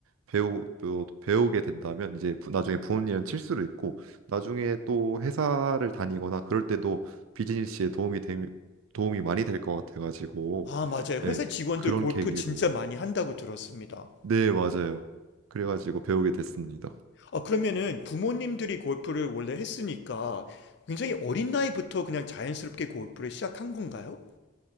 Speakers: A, on the right (about 80°); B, on the left (about 55°).
A: 배우 배우- 배우게 된다면 이제 부- 나중에 부모님은 칠 수도 있고 나중에 또 회사를 다니거나 그럴 때도 비즈니스에 도움이 되, 도움이 많이 될 것 같아가지고
B: 아, 맞아요.
A: 네
B: 회사 직원들
A: 그런
B: 골프
A: 계기로
B: 진짜 많이 한다고 들었습니다.
A: 네 맞아요 그래가지고 배우게 됐습니다
B: 아, 그러면은 부모님들이 골프를 원래 했으니까 굉장히 어린 나이부터 그냥 자연스럽게 골프를 시작한 건가요?